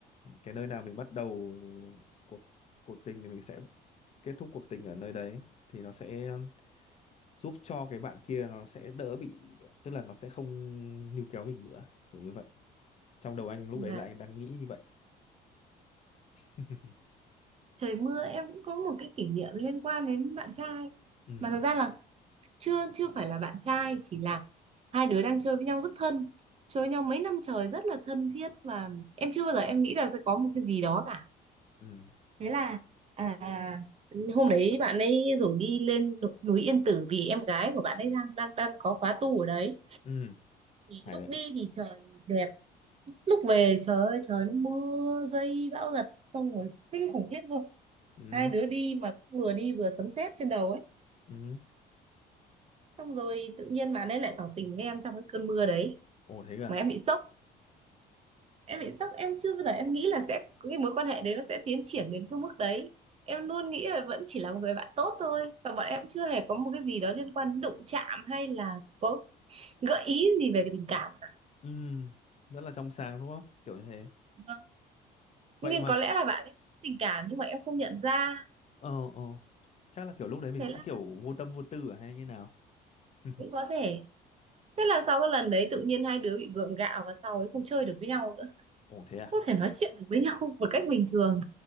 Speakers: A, on the left (about 40°); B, on the right (about 35°).
A: cái nơi nào mình bắt đầu cuộc cuộc tình thì mình sẽ kết thúc cuộc tình ở nơi đấy thì nó sẽ um, giúp cho cái bạn kia nó sẽ đỡ bị tức là nó sẽ không níu kéo mình nữa kiểu như vậy trong đầu anh lúc đấy
B: và
A: là anh đang nghĩ như vậy <laughs>
B: trời mưa em cũng có một cái kỷ niệm liên quan đến bạn trai
A: ừ
B: mà thật ra là chưa chưa phải là bạn trai chỉ là hai đứa đang chơi với nhau rất thân chơi với nhau mấy năm trời rất là thân thiết và em chưa bao giờ em nghĩ là sẽ có một cái gì đó cả
A: ừ
B: thế là à, hôm đấy bạn ấy rủ đi lên núi Yên Tử vì em gái của bạn ấy đang đang đang có khóa tu ở đấy
A: ừ
B: thì
A: hay
B: lúc
A: đấy
B: đi thì trời đẹp lúc về trời ơi trời nó mưa dây bão giật xong rồi kinh khủng khiếp luôn
A: ừ
B: hai
A: hứ,
B: đứa đi mà cũng vừa đi vừa sấm sét trên đầu ấy
A: ừ hứ.
B: xong rồi tự nhiên bạn ấy lại tỏ tình với em trong cái cơn mưa đấy
A: ồ thế cả
B: mà em bị sốc em bị sốc em chưa bao giờ em nghĩ là sẽ cái mối quan hệ đấy nó sẽ tiến triển đến cái mức đấy em luôn nghĩ là vẫn chỉ là một người bạn tốt thôi và bọn em chưa hề có một cái gì đó liên quan đến đụng chạm hay là có gợi ý gì về cái tình cảm cả
A: ừ rất là trong sáng đúng không kiểu như thế
B: vâng
A: vậy
B: nhưng
A: mà
B: có lẽ là bạn ấy có tình cảm nhưng mà em không nhận ra
A: ờ ờ chắc là kiểu lúc đấy mình
B: thế
A: cũng
B: là
A: kiểu vô tâm vô tư à hay như nào <laughs>
B: cũng có thể thế là sau cái lần đấy tự nhiên hai đứa bị gượng gạo và sau ấy không chơi được với nhau nữa
A: ồ thế à
B: không thể nói chuyện được với nhau <laughs> một cách bình thường